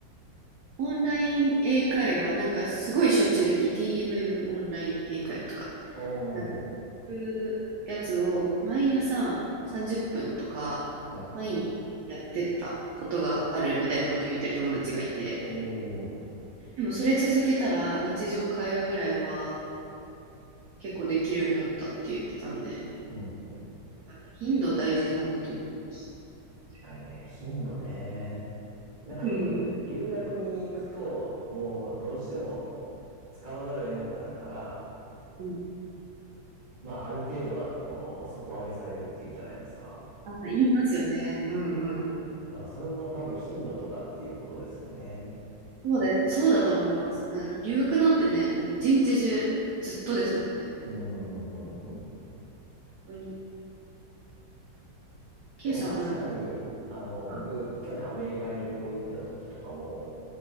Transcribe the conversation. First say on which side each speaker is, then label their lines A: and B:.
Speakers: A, on the right (about 70°); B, on the right (about 30°).
A: オンライン英会話、なんかすごいしょっちゅうでき、DMM オンライン英会話とか、
B: おお、
A: なんかそういうやつを毎朝30分とか、
B: はい。
A: 毎日やってたことがあるみたいなことを言ってる友達がいて、
B: おお、
A: でもそれ続けたら日常会話ぐらいは結構できるようになったって言ってたんで、
B: うんうん。
A: やっぱね頻度大事なんだと思います。
B: 近いね。頻度ね。なんかよく留学に行くと、
A: うん
B: もうどうしても使わざるを得なくなるから、
A: うん、
B: まあある程度はこの底上げされるっていうじゃないですか。
A: あ、言いますよね。うんうん。
B: だからそれも多分頻度とかっていうことですよね。
A: そうで、そうだと思います。なんか留学なんてね、もう一日中ずっとですもんね。
B: うんうんうんうん。
A: 本当に、ケイさんはなんか、
B: でも確かに、あの、
A: あ、
B: 僕、去年アメリカに旅行行ってた時とかも、